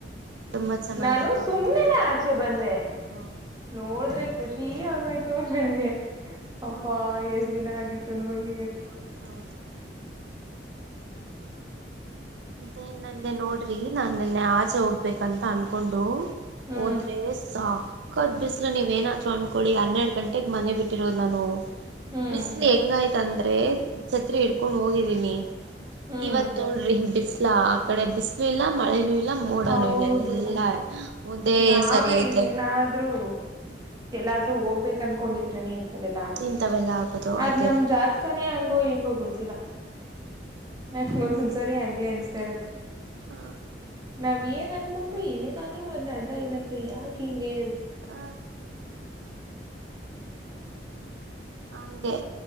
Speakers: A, on the right (about 80°); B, on the right (about 25°).
A: ತುಂಬಾ ಚೆನ್ನಾಗಿತ್ತಲ್ಲ
B: ನಾನು ಸುಮ್ನೆನೆ ಆಚೆ ಬಂದೆ
A: ಹ
B: ನೋಡಿದ್ರೆ ಖುಷಿ ಆಗೋಯ್ತು ನನ್ಗೆ ಅಪ್ಪಾ
A: ಹ
B: ಎಷ್ಟ್ ದಿನ ಆಗಿತ್ತು ನೋಡಿ
A: ನೋಡಿ ಹೌದು ಇದ ನನ್ನೆ ನೋಡ್ರಿ ನಾು ನನ್ನೆ ಆಚೆ ಹೋಗ್ಬೇಕಂತ ಅನ್ಕೊಂಡು
B: ಹ್ಮ್
A: ಹಓದ್ರೆ ಸಾ ಕದ್ ಬಿಸ್ಲು ನೀವ್ಏನ್ ಅೊಂಡ್ಕೊಳ್ಳಡಿ ಹನ್ನೆರಡು ಗಂಟೆಗೆಗ್ ಮನೆ ಬಿಟ್ಟಿರೋದು ನಾನು
B: ಹ್ಮ್
A: ಬಿಸಲಿ ಹೆಂಗಯ್ತಂದ್ರೆ ಛತ್ರಿ ಇಡ್ಕೊಂಡ್ ಹೋಗಿದೀನಿ
B: ಹ್ಮ್
A: ಇವತ್ ನೋಡ್ರಿ ಬಿಸ್ಲಾ ಆ ಕಡೆ ಬಿಸ್ಲು ಇಲ್ಲ ಮಳೆನೂ ಇಲ್ಲ ಮೋಡನೂ
B: ಹೌದು
A: ಇಲ್ಲ ಎಲ್ಲಾ ಒಂದೇ
B: ನಾವಿ
A: ಸರಿ ಐತೆ
B: ಏನಾದ್ರೂ ಎಲ್ಲಾದ್ರೂ ಹೋಗ್ಬೇಕ ಅನ್ಕೊಂಡಿದ್ರೆ ನೀನ್ ೆಲ್ಲ ಆಗುತ್ತ
A: ಇಂಥವೆಲ್ಲ ಆಗೋದು
B: ಅದ್
A: ಅದೇ
B: ನಮ ಜಾತ್ಕನೇ ಹಂಗೋ ಹೆಂಗೋ ಗೊತ್ತಿಲ್ಲ ನಂಗೊಂದ್ ಒಂದ್ಸರಿ ಹಂಗೆ ಅನ್ಿಸತಾ ಇರತ್ತೆ
A: ಹಾ
B: ನಾವ್ ಏನ್ ಅನ್ಕೊಂಡ್ರು ಏನಾದ್ರು ಒಂದ್ ಅಡ್ಡ ಇರತ್ತೆ ಯಾಕ ಹಿಂಗೆ
A: ಅ ಹಂಗೆ